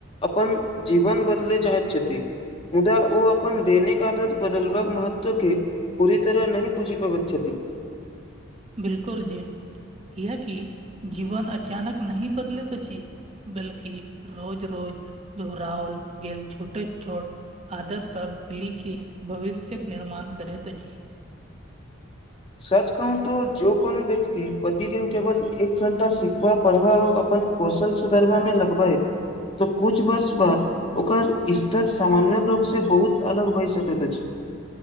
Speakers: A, on the left (about 30°); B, on the right (about 30°).
A: अपन जीवन बदलय चाहैत छथि मुदा ओ अपन दैनिक आदत बदलबाक महत्वके पुररी तरह नहि पूजीप गछति
B: बिलकुल जी किया कि जीवन अचानक नहि बदलैत अछि बल्कि रोज रोज दहराओल गेल छोटे छोट आदत सब मिली के भविष्यके निर्माण करैत अ अछि
A: सच कहू तो जो कोन व्यक्ति प्रतिदिन केवल एक घण्टा सिखबा पढ़बा आ अपन कौशल सुधरबामे लगबए त कुछ वर्ष बाद ओकर स्तर सामान्य लोकसँ बहुत अलग भए सकैत अछि